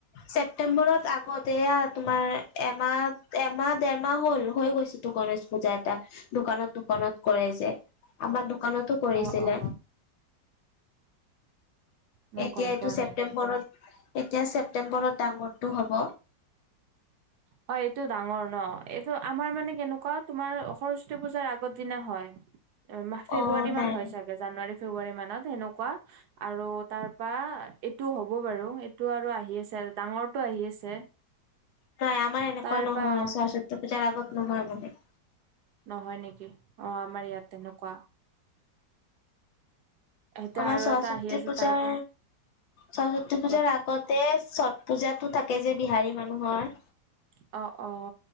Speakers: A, on the left; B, on the right.
A: ছেপ্তেম্বৰত আগতে তোমাৰ এমাহ, এমাহ দেৰমাহ হ'ল হৈ গৈছিল। গণেশ পূজা এটা, দোকানত, দোকানত কৰাই যায়, আমাৰ দোকানতো কৰিছিলে
B: অ, অ, মই
A: এতিয়া
B: গম
A: এইটো
B: পোৱা নাই।
A: ছেপ্তেম্বৰত, এতিয়া ছেপ্তেম্বৰত ডাঙৰটো হ'ব।
B: হয় এইটো ডাঙৰ ন, এইটো আমাৰ মানে কেনেকুৱা, তোমাৰ সৰস্বতী পূজাৰ আগৰ দিনা হয়। ফেব্ৰুৱাৰী
A: অ
B: মান
A: নাই
B: হয় চাগে, জানুৱাৰী ফেব্ৰুৱাৰী মানত সেনেকুৱা। আৰু তাৰ পৰা এইটো হ'ব বাৰু এইটো আৰু আহি আছে, ডাঙৰটো আহি আছে।
A: নাই আমাৰ এনেকুৱা
B: তাৰ
A: নহয়,
B: পৰা
A: সৰস্বতী পূজাৰ আগত নহয় মানে।
B: নহয় নেকি অহ, আমাৰ ইয়াত তেনেকুৱা। এতিয়া
A: আমাৰ,
B: আৰু
A: সৰস্বতী
B: এটা আহি আছে
A: পূজাৰ
B: তাৰ পৰা
A: সৰস্বতী পূজাৰ
B: কোৱা।
A: আগতে, ছট পূজাতটো থাকে যে, বিহাৰী মানুহৰ।
B: অ, অ,